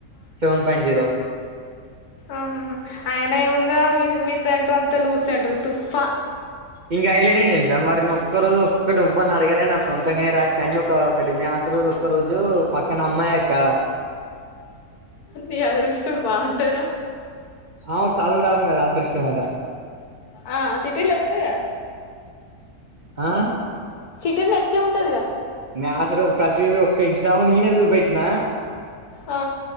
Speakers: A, on the right (about 45°); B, on the left (about 85°).
A: సెవన్ పాయింట్ జీరో
B: ఆహహ ఆయన ఏముందిరా మీ మీ సెంటర్ అంతా లూజ్ సెంటర్ తుఫ్హా
A: ఇంకా హైలైట్ ఏంది తెలుసా మరి నెన్ ఒక్క రోజు ఒక్కటి ఓవ్వని అడగాలే నా సొంతగానే రాసిన అన్ని ఒక ఒకటి మీ మ్యాథ్స్ రోజ్ ఒక్క రోజు పక్కన అమ్మాయక్క
B: నీ అదృష్టం బాగుంటదిరా
A: ఆమెకు చదువు రాదు మేడ అదృష్టం అట
B: ఆ చిట్టిల్ తెత్తదిగా
A: ఆ
B: చిట్టిల్ తేచ్చే ఉంటదిగా
A: మ్యాథ్స్ రోజ్ ప్రతిరోజ ఒక్క ఎగ్జామ్ నేనే చూప్టెట్న
B: ఆ